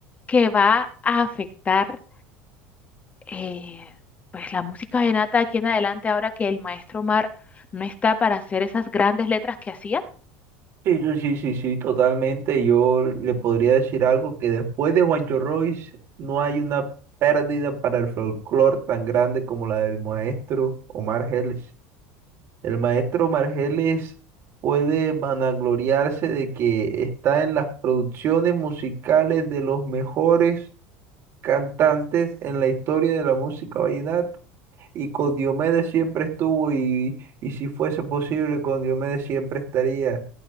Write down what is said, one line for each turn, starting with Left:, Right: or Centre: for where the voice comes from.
Left: que va a afectar eh, pues la música venata aquí en adelante ahora que el maestro Mar no está para hacer esas grandes letras que hacía?
Right: Sí, sí, sí, sí, sí, totalmente. Yo le podría decir algo que después de Juancho Royce no hay una pérdida para el folclore tan grande como la del maestro Omar Geles. El maestro Margeles puede vanagloriarse de que está en las producciones musicales de los mejores cantantes en la historia de la música vallenata. Y con Diomedes siempre estuvo y, y si fuese posible, con Diomedes siempre estaría.